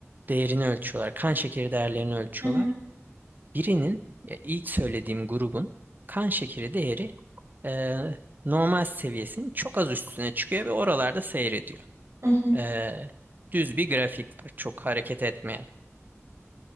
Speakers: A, on the right; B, on the right.
A: değerini ölçüyorlar. Kan şekeri değerlerini ölçüyorlar.
B: hı hı.
A: Birinin e, ilk söylediğim grubun kan şekeri değeri e, normal seviyesinin çok az üstüne çıkıyor ve oralarda seyrediyor.
B: hı hı.
A: E, düz bir grafik var, çok hareket etmeyen.